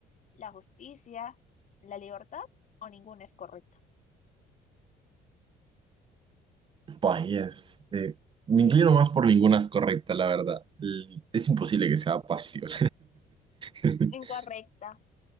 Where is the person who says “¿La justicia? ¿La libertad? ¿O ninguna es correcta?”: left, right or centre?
Left